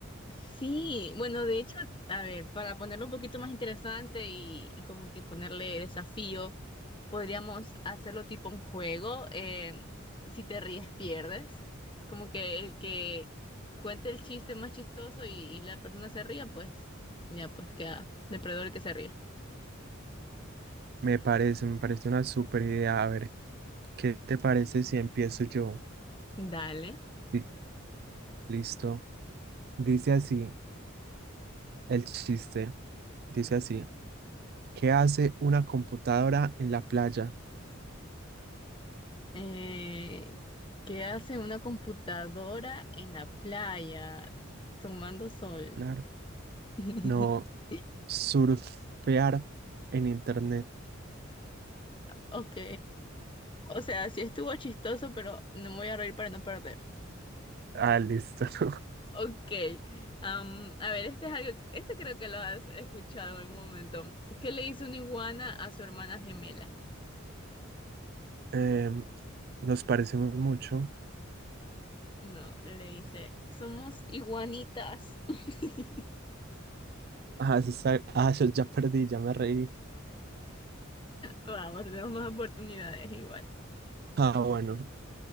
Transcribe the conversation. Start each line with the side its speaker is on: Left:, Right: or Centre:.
Left: Sí, bueno, de hecho, a ver, para ponerlo un poquito más interesante y, y como que ponerle desafío, podríamos hacerlo tipo un juego. eh, si te ríes, pierdes. Como que el que cuente el chiste más chistoso y, y la persona se ría, pues ya, pues queda depredador el que se ría.
Right: Me parece, me parece una súper idea. A ver, ¿qué te parece si empiezo yo?
Left: Dale.
Right: Sí, listo. Dice así el chiste, dice así, ¿qué hace una computadora en la playa?
Left: Eh, ¿qué hace una computadora en la playa tomando sol?
Right: Claro.
Left: <laughs>
Right: No, surfear en internet.
Left: Ok. O sea, sí estuvo chistoso, pero no me voy a reír para no perder.
Right: Ah, listo. <laughs>
Left: Ok, am, a ver, este es algo, este creo que lo has escuchado en algún momento. ¿Qué le dice una iguana a su hermana gemela?
Right: Em, nos parecemos mucho.
Left: No, le dice, somos iguanitas. <laughs>
Right: Ah, eso está- ah, eso ya perdí, ya me reí.
Left: Vamos, tenemos más oportunidades igual.
Right: Ah, bueno,